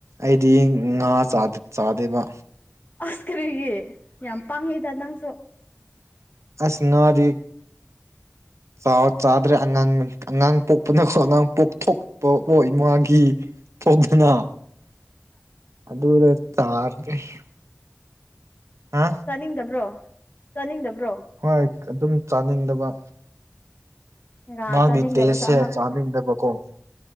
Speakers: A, on the right; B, on the left.
A: ꯑꯩꯗꯤ ꯉꯥ ꯆꯥꯗꯦꯕ
B: ꯑꯁ ꯀꯔꯤꯒꯤ ꯌꯥꯝ ꯄꯥꯡꯉꯦꯗ ꯅꯪꯁꯨ
A: ꯑꯁ ꯉꯥꯗꯤ ꯆꯥꯎ ꯆꯥꯗ꯭ꯔꯦ ꯑꯉꯥꯡ ꯑꯉꯥꯡ ꯄꯣꯛꯄꯅꯀꯣ ꯑꯉꯥꯡ ꯄꯣꯛꯊꯣꯛꯄ <inaudible> ꯏꯃꯥꯒꯤ ꯄꯗꯅꯣ ꯑꯗꯨꯔ ꯇꯥꯔꯒꯦ <inaudible> ꯍꯥ
B: ꯆꯥꯅꯤꯡꯗꯕ꯭ꯔꯣ ꯆꯥꯅꯤꯡꯗꯕ꯭ꯔꯣ
A: ꯍꯣꯏ ꯑꯗꯨꯝ ꯆꯥꯅꯤꯡꯗꯕ
B: ꯉꯥ
A: ꯃꯥꯒꯤ
B: ꯆꯥꯅꯤꯡꯗꯕꯁꯨ
A: ꯇꯦꯁꯁꯦ
B: ꯑꯉꯛꯄ
A: ꯆꯥꯅꯤꯡꯗꯕꯀꯣ